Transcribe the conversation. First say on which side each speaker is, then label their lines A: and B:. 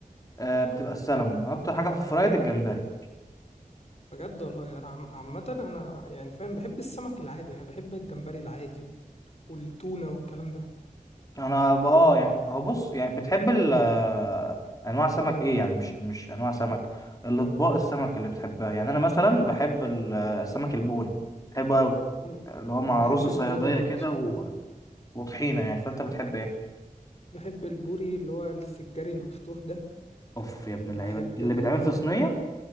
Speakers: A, on the left (about 25°); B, on the left (about 45°).
A: آه، بتبقى السلمون واكتر حاجه في الفرايد الجمبري
B: بجد والله انا عم- عامه انا يعني فاهم بحب السمك العادي انا بحب الجمبري العادي والتونه والكلام ده
A: انا ب- اه يعني هو بص يعني بتحب ال آه، انواع سمك ايه يعني مش مش انواع سمك الاطباق السمك اللي بتحبها يعني انا مثلا بحب ال- آه، السمك البوري بحبه قوي
B: انا
A: اللي هو
B: أنا
A: مع
B: بحب
A: رز صياديه
B: البوري برضه
A: كده و... وطحينه يعني فانت بتحب ايه
B: بحب البوري اللي هو السجاري المفتوح ده
A: اوف يا ابن
B: وبحب
A: اللعيبه اللي
B: ال
A: بيتعمل في صينيه